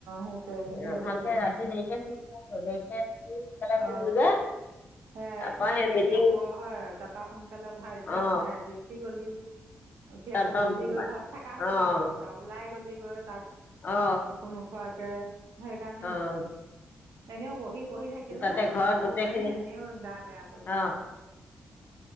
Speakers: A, on the right; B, on the left.
A: সেইটোৱে
B: এ
A: সেইটোৱ
B: ভালকে
A: <inaudible>
B: ৰাতি <inaudible>
A: অ,
B: যে
A: সেয়া
B: তাৰপৰা
A: ৰাতি তই
B: সেই
A: দেৰিকে
B: মিটিং
A: শুৱ। হয় তাৰাপা সোনকালে উঠাৰ অভ্যাস
B: অ
A: নাই আজি উঠি গলি, উঠি
B: তাৰপৰা
A: আকৌ গলিগৈ ঘৰত থকা হৈ
B: অ
A: বেলেগ কথা ওলাই গলিগৈ তাত।
B: অ,
A: একো নোখোৱাকে সেইকাৰণে
B: অ',
A: হয় গ'ল। এনেও বহি বহি থাক থাকিলে
B: তাতে ঘৰত
A: বহুত
B: গোটেইখিনি
A: টাইম এনেইও গা বেয়া কৰে।
B: অ',